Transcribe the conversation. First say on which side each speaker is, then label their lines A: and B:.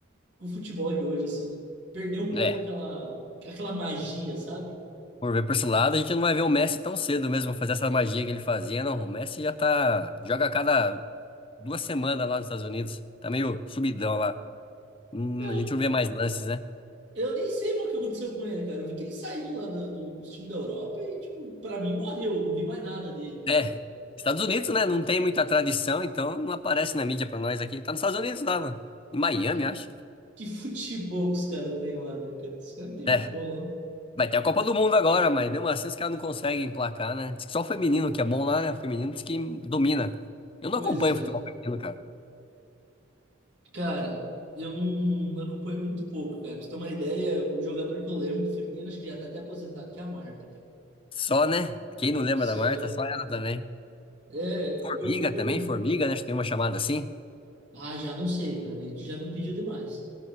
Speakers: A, on the right; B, on the left.
A: com o futebol de hoje, assim. Perdeu um pouco
B: É. É.
A: aquela, aquela magia, sabe?
B: Por ver por esse lado, a gente não vai ver o Messi tão cedo mesmo fazer essa magia que ele fazia, não. O Messi já tá. Joga a cada duas semanas lá nos Estados Unidos. Tá meio subidão lá. Hum,
A: Eu,
B: a gente não vê mais lances, né?
A: eu nem sei mais o que aconteceu com ele, cara. Eu vi que ele saiu lá do, do, do time da Europa e, tipo, pra mim morreu. eu Não vi mais nada dele, cara.
B: É. Estados Unidos, né? Não tem muita tradição, então não aparece na mídia pra nós aqui. Tá nos Estados Unidos lá, mano. Em Miami,
A: Que,
B: acho.
A: que futebol que os caras têm lá, né, cara? Os caras não têm
B: É.
A: futebol lá.
B: Vai ter a Copa do Mundo agora, mas mesmo assim os caras não conseguem emplacar, né? Diz que só o feminino que é bom lá, né? O feminino diz que domina. Eu não
A: Pois
B: acompanho
A: é.
B: futebol feminino, cara.
A: Cara, eu não acompanho muito pouco, cara. Pra você ter uma ideia, o jogador que eu lembro do feminino, acho que já tá até aposentado, que é a Marta, cara.
B: Só, né? Quem não lembra
A: Só.
B: da Marta, só ela também.
A: É.
B: Formiga
A: O, o-
B: também, formiga,
A: o-
B: né? Acho que Tem uma chamada assim.
A: Ah, já não sei, cara. Aí Tu já me pediu demais.